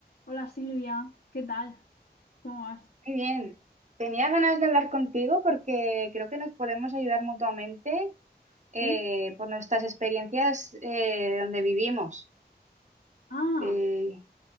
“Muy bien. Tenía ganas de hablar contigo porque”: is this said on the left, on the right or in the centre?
Right